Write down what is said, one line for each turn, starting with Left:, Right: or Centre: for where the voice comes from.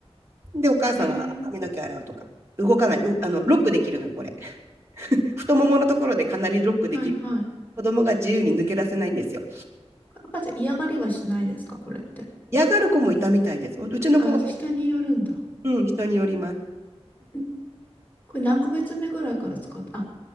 Right: で、お母さんが髪の毛洗うとか、
Left: えー、
Right: 動かない、う、あの、ロックできるの、これ。<laughs> 太もものところでかなりロックできる。
Left: はいはい。
Right: 子供が自由に抜け出せないんですよ。
Left: 赤ちゃん嫌がりはしないですか、これって。
Right: 嫌がる子もいたみたいです。ううちの子はね、
Left: あ、下によるんだ。
Right: うん、人によります。
Left: んこれ何ヶ月目ぐらいから使うあ、